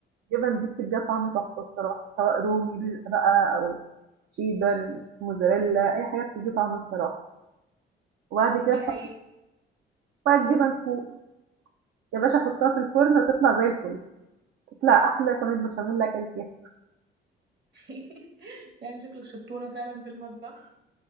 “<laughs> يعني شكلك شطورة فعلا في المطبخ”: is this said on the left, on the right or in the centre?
Right